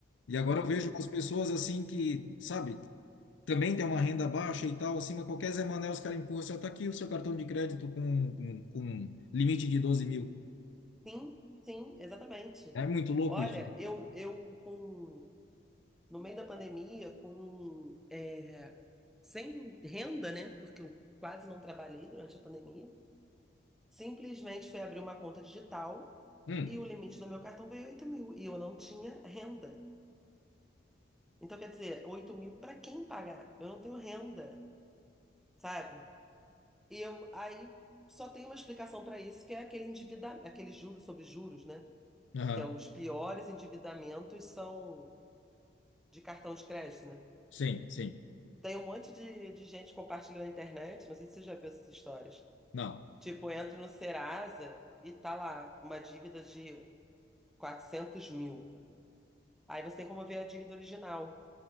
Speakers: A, on the left; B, in the centre.
A: E agora
B: Hum,
A: eu vejo umas pessoas assim que, sabe, também tem uma renda baixa e tal, assim mas qualquer Zé Mané, os caras empurram, assim, ó, tá aqui o seu cartão de crédito com, com, com um limite de doze mil.
B: sim, sim, exatamente.
A: É muito louco
B: Olha,
A: isso. cara.
B: eu, eu com, no meio da pandemia, com, é, sem renda, né? Porque eu quase não trabalhei durante a pandemia, simplesmente fui abrir uma conta digital
A: Hum,
B: e o limite do meu cartão veio 8 mil e eu não tinha renda. Então, quer dizer, 8 mil para quem pagar? Eu não tenho renda, sabe? E eu, aí só tem uma explicação para isso, que é aquele endivida, aquele juros sobre juros, né?
A: aham,
B: Que é os piores endividamentos são de cartão de crédito, né?
A: sim, sim.
B: Tem um monte de, de gente compartilhando na internet, não sei se você já viu essas histórias.
A: Não.
B: Tipo, entra no Serasa e tá lá uma dívida de 400 mil. Aí você tem como ver a dívida original.